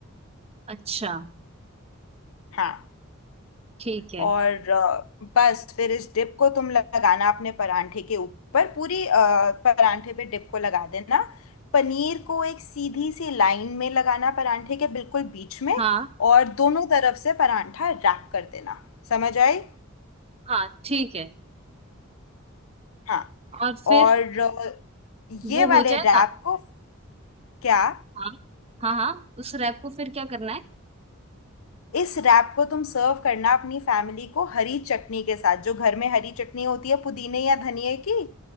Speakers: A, on the right; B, on the left.
A: अच्छा
B: हाँ
A: ठीक है
B: और अ, बस फिर इस डिप को तुम लगाना अपने परांठे के ऊपर पूरी अ, परांठे पे डिप को लगा देना पनीर को एक सीधी सी लाइन में लगाना परांठे के बिल्कुल बीच में
A: हाँ
B: और दोनों तरफ से परांठा रैप कर देना समझ आई
A: हाँ ठीक है
B: हाँ
A: और फिर
B: और अ, ये
A: वो
B: वाले
A: हो जाएगा
B: रैप को क्या
A: हाँ हाँ हाँ उस रैप को फिर क्या करना है
B: इस रैप को तुम सर्व करना अपनी फैमिली को हरी चटनी के साथ जो घर में हरी चटनी होती है पुदीने या धनिए की